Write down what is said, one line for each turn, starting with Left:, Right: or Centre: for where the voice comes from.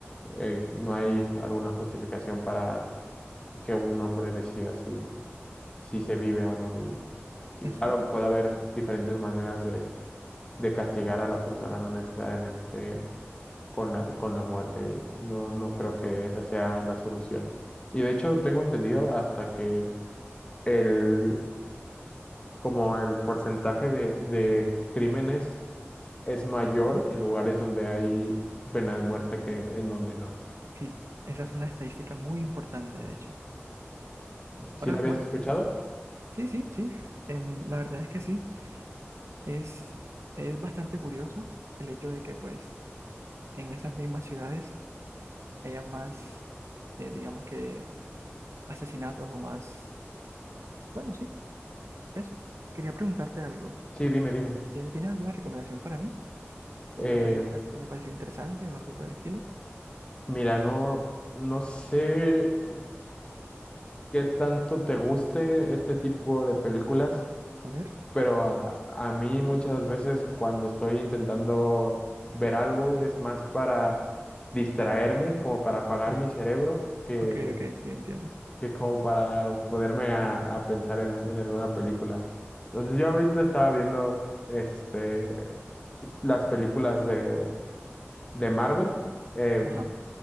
Left: Eh, no hay alguna justificación para que un hombre decida si, si se vive o no. Y, y
Right: exacto.
Left: claro, puede haber diferentes maneras de de castigar a la persona, no necesariamente con la, con la muerte. No, no creo que esa sea la solución. Y de hecho, tengo entendido hasta que el, como el porcentaje de, de crímenes es mayor
Right: Ujú.
Left: en lugares donde hay pena de muerte que en donde no.
Right: Sí, esa es una estadística muy importante, de hecho.
Left: ¿Sí
Right: Ahora,
Left: lo habías
Right: bueno,
Left: escuchado?
Right: eh, sí, sí, sí. em, la verdad es que sí. Es, es bastante curioso el hecho de que, pues, en esas mismas ciudades haya más, eh, digamos que, asesinatos o más... Bueno, sí, eso. Quería preguntarte algo.
Left: Sí, dime, dime.
Right: ¿Tienes, tienes alguna recomendación para mí? ¿Alguna
Left: Eh,
Right: película que te haya parecido interesante o algo por el estilo?
Left: mira, no, no sé qué tanto te guste este tipo de películas.
Right: A ver.
Left: Pero a, a mí muchas veces cuando estoy intentando ver algo es más para distraerme, como para apagar
Right: Ajá.
Left: mi cerebro, que,
Right: Ok, ok, sí, entiendo.
Left: que como para ponerme a, a pensar en, en alguna película. Entonces yo ahorita estaba viendo este, las películas de, de Marvel, eh,
Right: Ajá,